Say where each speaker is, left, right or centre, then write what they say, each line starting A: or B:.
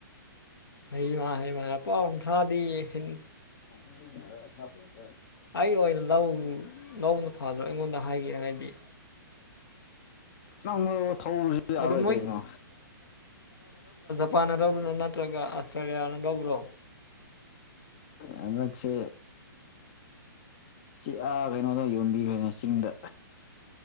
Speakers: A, on the left; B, on the left.
A: ꯍꯩꯃꯥ ꯍꯩꯃꯥ ꯂꯨꯄꯥ ꯀꯨꯟꯊ꯭ꯔꯥꯗꯤ ꯍꯤꯟ
B: <inaudible>
A: ꯑꯩ ꯑꯣꯏꯅ ꯂꯧ ꯂꯧꯕꯅ ꯐꯗ꯭ꯔꯣ ꯑꯩꯉꯣꯟꯗ ꯍꯥꯏꯒꯦ ꯍꯥꯏꯗꯦ꯫
B: ꯅꯪ ꯂꯧꯕ ꯊꯧꯕꯁꯨ ꯌꯥꯔꯣꯏ
A: ꯑꯗꯨ ꯃꯣꯏ
B: ꯀꯩꯅꯣ꯫
A: ꯄꯥꯟꯅꯅꯕ꯭ꯔꯣ ꯅꯠꯇ꯭ꯔꯒ ꯑꯁꯇꯔꯒ ꯌꯥꯟꯅ ꯂꯧꯕ꯭ꯔꯣ꯫
B: ꯍꯟꯗꯛꯁꯦ꯫ ꯁꯤ ꯑꯥ ꯀꯩꯅꯣꯗ ꯌꯣꯟꯕꯤꯈ꯭ꯔꯦꯅꯦ ꯆꯤꯡꯗ꯫